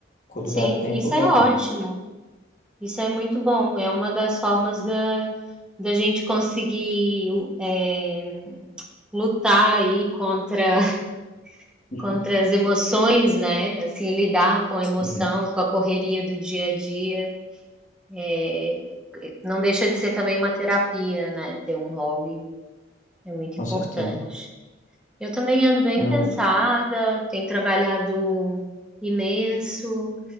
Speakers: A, on the left; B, in the centre.
A: Quando
B: sim,
A: dá tempo,
B: isso
A: dá
B: é
A: tempo.
B: ótimo. Isso é muito bom. É uma das formas da, da gente conseguir eh, lutar aí contra, <laughs>
A: <laughs>
B: contra as emoções, né? Assim, lidar com a
A: Sim,
B: emoção, com a correria do dia a dia. É, não deixa de ser também uma terapia, né? Ter um hobby é muito
A: com
B: importante.
A: certeza.
B: Eu também ando bem
A: Eu.
B: cansada, tenho trabalhado imenso,